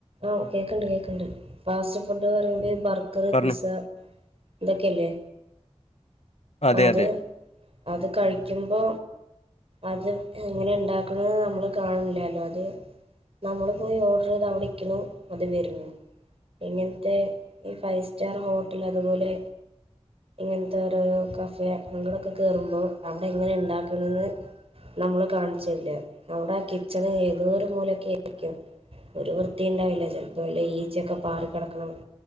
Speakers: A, on the right; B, on the left.
A: ഓ കേക്ക്ണ്ട് കേക്കണ്ട് ഫാസ്റ്റ് ഫുഡ് ന്ന് പറയുമ്പോ ബർഗറ്,
B: പറഞ്ഞു.
A: പിസ്സ ഇതൊക്കെയല്ലേ
B: അതെ,
A: ആഹ് അത്
B: അതെ.
A: അത് കഴിക്കുമ്പോ അത് എങ്ങനെ ഉണ്ടാക്കണത് നമ്മള് കാണണില്ലല്ലോ അത് നമ്മൾ പോയി ഓർഡർ ചെയ്ത് അവിടെക്കണു അത് വരുന്നു. ഇങ്ങനത്തെ ഈ ഫൈവ് സ്റ്റാർ ഹോട്ടല് അതുപോലെ ഇങ്ങനത്തെ ഓരോരോ കഫേ അങ്ങടൊക്കെ കേറുമ്പോൾ അവിടെ എങ്ങനെ ഉണ്ടാക്കുന്നെന്ന് നമ്മളെ കാണിച്ച് തരില്ല അവിടെ ആ കിച്ചണ് ഏതോ ഒരു മൂലക്കെ ആയിരിക്കും. ഒരു വൃത്തി ഉണ്ടാവില്ല ചിലപ്പോ വല്ല ഈച്ചക്കെ പാറി കടക്കണ